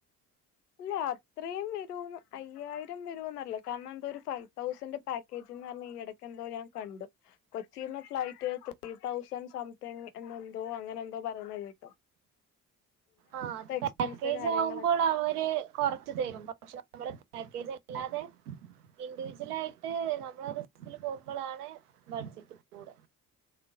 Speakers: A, on the left; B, on the right.
A: അല്ല അത്രയും വരുവോന്ന് അയ്യായിരം വരുവോന്നറ്ല്ല കാരണം എന്തോ ഒരു ഫൈവ് തൗസന്റെ പാക്കേജ് ന്ന് പറഞ്ഞ് ഈയെട ക്കെന്തോ ഞാൻ കണ്ടു. കൊച്ചീന്ന് ഫ്ലൈറ്റ് ത്രീ തൗസൻ സംതിങ് എന്ന് എന്തോ അങ്ങനെ എന്തോ പറയുന്നത് കേ
B: ആഹ് അത്
A: എക്സ്പെൻസ്
B: പാക്കേജാവുമ്പോൾ
A: കാര്യങ്ങളൊക്കെ
B: അവര് കൊറച്ച് തരും. പക്ഷെ നമ്മള് പാക്കേജല്ലാതെ, ഇൻഡിവിജ്വൽ ആയിട്ട് നമ്മളെ റിസ്കില് പോകുമ്പളാണ് ബഡ്ജറ്റ് കൂടാ.